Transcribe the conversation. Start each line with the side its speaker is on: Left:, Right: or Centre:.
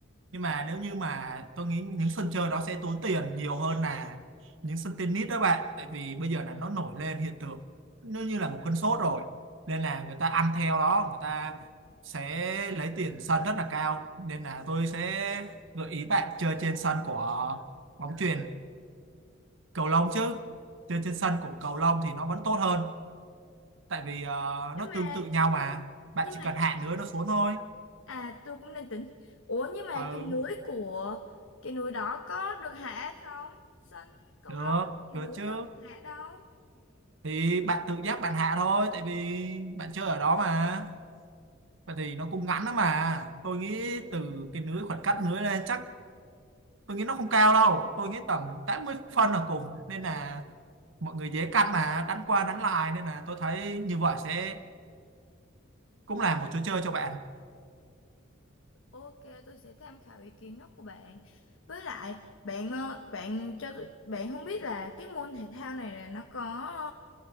Right: nhưng mà nếu như mà tôi nghĩ những sân chơi đó sẽ tốn tiền nhiều hơn là những sân tennis đó bạn tại vì bây giờ là nó nổi lên hiện tượng nó như là một cơn sốt rồi nên là người ta ăn theo đó người ta sẽ lấy tiền sân rất là cao nên là tôi sẽ gợi ý bạn chơi trên sân của bóng chuyền cầu lông chứ chơi trên sân của cầu lông thì nó vẫn tốt hơn tại vì ờ,
Left: Nhưng
Right: nó tương
Left: mà
Right: tự nhau mà bạn
Left: nhưng
Right: chỉ
Left: mà
Right: cần hạ nữa nó xuống thôi
Left: à tôi cũng đang tính. Ủa nhưng mà
Right: ừ
Left: cái lưới của cái núi đó có được hạ hay không? Sân cầu
Right: được
Left: lông cái
Right: được
Left: núi
Right: chứ
Left: đâu được hạ đâu.
Right: thì bạn tự giác bạn hạ thôi tại vì bạn chơi ở đó mà vậy thì nó cũng ngắn lắm mà tôi nghĩ từ cái lưới khoảng cách lưới lên chắc tôi nghĩ nó không cao đâu tôi nghĩ tầm 80 phân là cùng nên là mọi người dễ căn mà đánh qua đánh lại nên là tôi thấy như vậy sẽ cũng là một chỗ chơi cho bạn
Left: Ok, tôi sẽ tham khảo ý kiến đó của bạn. Với lại, bạn ờ, bạn cho tôi- bạn không biết là cái môn thể thao này là nó có